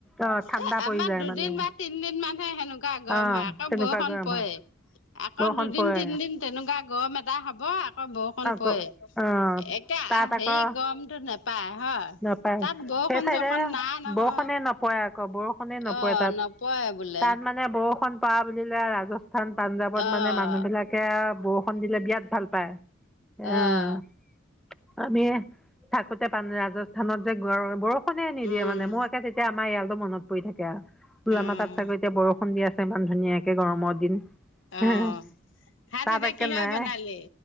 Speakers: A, in the centre; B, on the left (about 75°).
A: অঁ ঠাণ্ডা
B: এ
A: পৰি
B: আমাৰ
A: যায়
B: দুদিন
A: মানে
B: বা তিনদিন মানহে সেনেকুৱা গৰম
A: অঁ
B: হয় আ ক্
A: তেনেকুৱা
B: বৰষুণ
A: গৰম
B: পৰে,
A: হয়
B: আকৌ
A: বৰষুণ
B: দুদিন
A: পৰে
B: তিনদিন তেনেকুৱা গৰম এটা হব ব আকৌ বৰষুণ
A: আকৌ
B: পৰে।
A: অঁ
B: একে
A: তাত আকৌ
B: হেৰি গৰমটো নেপায় হয়
A: নাপায়
B: তাত বৰষুৃণ
A: সেই চাইডে
B: চৰষুণ নাই নহয়।
A: বৰষুণে নপৰে আকৌ বৰষুণে নপৰে
B: অহ
A: তাত
B: নপৰে বোলে।
A: তাত মানে বৰষুণ পৰা বুলিলে ৰাজস্থান পাঞ্জাৱত
B: অ',
A: মানে মানুহ বিলাকে বৰষুণ দিলে বিৰাট ভাল পায়। উম
B: অ',
A: আমিয়ে থাকোতে পান ৰাজস্থানত যে বৰ বৰষুণে নিদিয়ে
B: উম,
A: মানে। মই আকৌ তেতিয়া আমাৰ এয়া লৈ মনত পৰি থাকে আৰু। বোলো
B: উম,
A: আমাৰ তাত চাগৈ এতিয়া বৰষুণ দি আছে ইমান ধুনীয়াকে গৰমৰ দিন
B: অ',
A: <inaudible>
B: ভাত
A: তাপ
B: এতিয়া
A: একে
B: কিহৰ
A: নায়ে।
B: বনালি?
A: এ